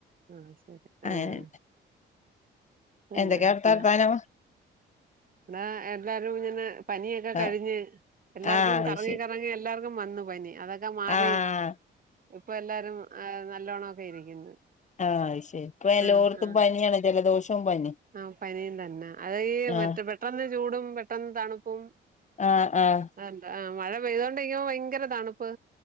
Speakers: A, on the right; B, on the left.
A: ആ ശരി
B: അങ്ങനെണ്ട്
A: ആപിന്നെ
B: എന്തൊക്കെയാ അവിടുത്തെ
A: എന്നാ.
B: വർത്താനം
A: അടാ എല്ലാരും ഇങ്ങനെ പനിയൊക്കെ
B: ആ
A: കഴിഞ്ഞ് എല്ലാർക്കും
B: ആ അത്
A: കറങ്ങി,
B: ശരി
A: കറങ്ങി എല്ലാർക്കും. വന്നു പനി അതൊക്കെ മാറി
B: ആ
A: ഇപ്പൊ എല്ലാരും നല്ലോണംക്കെ ഇരിക്കുന്ന്.
B: ആഹ് അത് ശരി ഇപ്പൊ എല്ലോടത്തും
A: ആ, ആ
B: പനിയാണ് ജലദോഷവും പനി
A: ആ പനിയും തന്നെ അത് ഈ
B: ആഹ്
A: മറ്റത്. പെട്ടെന്ന് ചൂടും, പെട്ടെന്ന് തണുപ്പും.
B: ആഹ്ആഹ്
A: അ എന്താ ആ മഴ പെയ്തുക കൊണ്ട ഇരിക്കുമ്പോ ഭയങ്കര തണുപ്പ്